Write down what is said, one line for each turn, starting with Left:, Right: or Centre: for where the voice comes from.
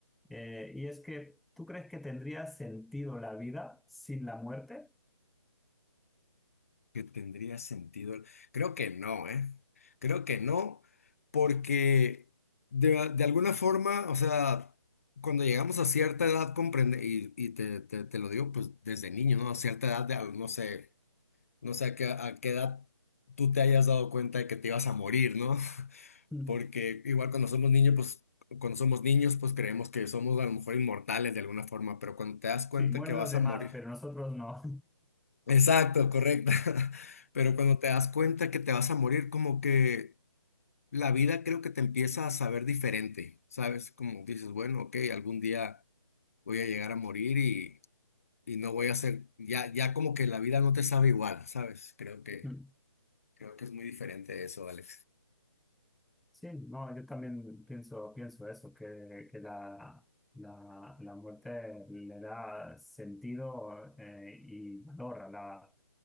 Centre: Eh, y es que, ¿tú crees que tendría sentido la vida sin la muerte?
Left: que tendría sentido. Creo que no, ¿eh? Creo que no, porque de, de alguna forma, o sea, cuando llegamos a cierta edad, comprende, y, y te, te- te lo digo pues desde niño, ¿no? A cierta edad, de- no sé, no sé a qué, a qué edad tú te hayas dado cuenta de que te ibas a morir, ¿no? <laughs>
Centre: <laughs>
Left: Porque igual cuando somos niños, pues cuando somos niños, pues creemos que somos a lo mejor inmortales de alguna forma, pero cuando te das cuenta
Centre: Sí, mueren
Left: que vas
Centre: los demás,
Left: a morir,
Centre: pero nosotros no.
Left: Exacto, correcta. <laughs> Pero cuando te das cuenta que te vas a morir, como que la vida creo que te empieza a saber diferente, ¿sabes? Como dices, bueno, ok, algún día voy a llegar a morir y, y no voy a ser, ya, ya como que la vida no te sabe igual, ¿sabes? Creo que,
Centre: <laughs>
Left: creo que es muy diferente eso, Alex.
Centre: Sí, no, yo también pienso, pienso eso, que, que la, la, la muerte le da sentido eh, y valor a la,